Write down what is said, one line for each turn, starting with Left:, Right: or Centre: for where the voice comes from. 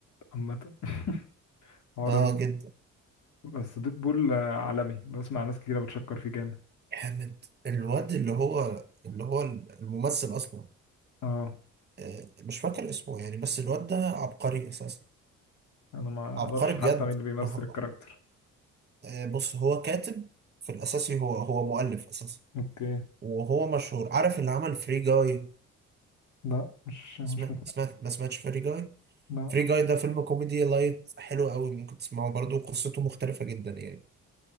Left: عامه <laughs> حوار
Right: اه
Left: إن-
Right: جدا
Left: بس ديد بول عالمي بسمع ناس كتيره بتشكر فيه جامد
Right: حامد الواد اللي هو اللي هو الممثل اصلا
Left: اه
Right: آه، مش فاكر اسمه يعني بس الواد ده عبقري اساسا
Left: انا ما اعرفش
Right: عبقري بجد
Left: حتى مين اللي بيمثل
Right: آه،
Left: الكاركتر
Right: آه، بص هو كاتب في الاساسي هو هو مؤلف اساسا
Left: اوكي
Right: وهو مشهور عارف اللي عمل فري جاي
Left: لا مش مش
Right: سمعت
Left: متابع
Right: سمعت ما سمعتش فري جاي
Left: لا
Right: فري جاي ده فيلم كوميدي لايت حلو قوي ممكن تسمعه برضه قصته مختلفة جدا يعني